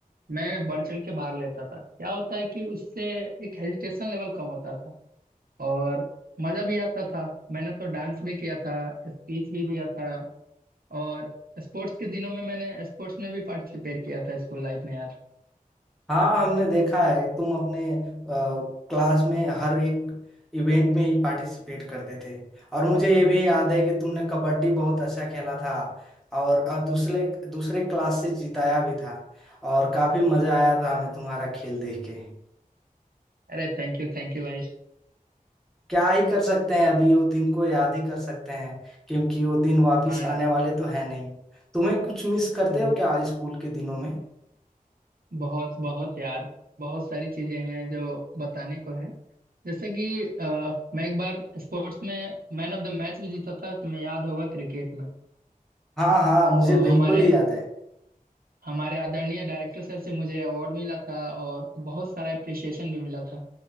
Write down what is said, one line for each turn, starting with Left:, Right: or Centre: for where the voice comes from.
Right: मैं बढ़ चढ़ के भाग लेता था क्या होता है कि उससे एक हेजिटेशन लेवल कम होता था और मजा भी आता था मैंने तो डांस भी किया था स्पीच भी दिया था और स्पोर्ट्स के दिनों में मैंने स्पोर्ट्स में भी पार्टिसिपेट किया था स्कूल लाइफ में यार
Centre: हाँ हमने देखा है तुम अपने क्लास में हर एक इवेंट में ही पार्टिसिपेट करते थे और मुझे ये भी याद है कि तुमने कबड्डी बहुत अच्छा खेला था और अ, दूसरे दूसरे क्लास से जिताया भी था और काफी मजा आया था हमें तुम्हारा खेल देख के
Right: अरे थैंक यू थैंक यू भाई
Centre: क्या ही कर सकते हैं अभी वो दिन को याद ही कर सकते हैं क्योंकि वो दिन वापस
Right: हाँ यार
Centre: आने वाले तो है नहीं तुम्हें कुछ मिस करते
Right: हम्म,
Centre: हो क्या स्कूल के दिनों में
Right: बहुत बहुत यार बहुत सारी चीजें हैं जो बताने को हैं जैसे कि अ, मैं एक बार स्पोर्ट्स में मैन ऑफ द मैच भी जीता था तुम्हें याद होगा क्रिकेट में
Centre: हाँ हाँ मुझे
Right: तो
Centre: बिल्कुल
Right: हमारे
Centre: ही याद है
Right: हमारे आदरणीय डायरेक्टर सर से मुझे अवार्ड मिला था और बहुत सारा अप्रिसिएशन भी मिला था